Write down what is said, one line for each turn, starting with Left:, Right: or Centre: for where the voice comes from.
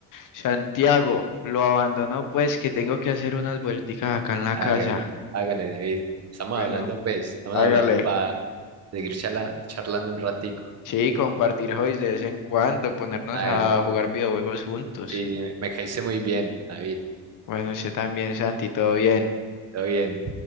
Left: Santiago lo abandonó, pues que tengo que hacer unas vuelticas acá en la
Right: Hágale,
Left: casa.
Right: hágale, David. Estamos
Left: Bueno,
Right: hablando, pues, estamos
Left: hágale.
Right: hablando para seguir charla- charlando un ratico.
Left: Sí, compartir hobbies de vez en cuando, ponernos
Right: Hágale.
Left: a jugar videojuegos juntos.
Right: Sí, sí, me me caíste muy bien, David.
Left: Bueno, usted también, Santi, todo bien.
Right: Todo bien.